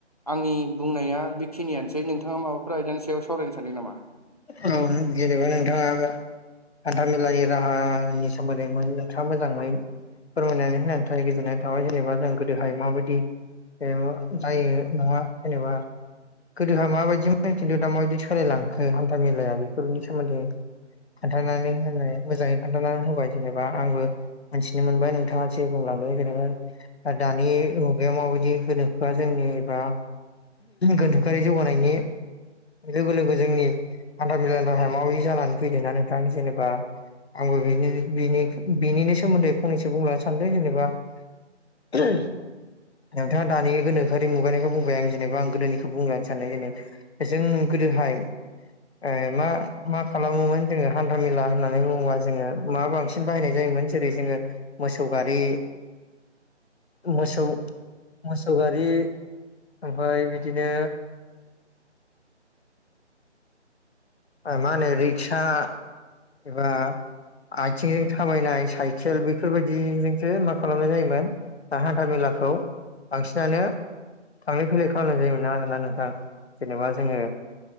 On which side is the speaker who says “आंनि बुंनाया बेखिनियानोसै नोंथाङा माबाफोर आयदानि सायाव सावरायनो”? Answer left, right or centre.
Left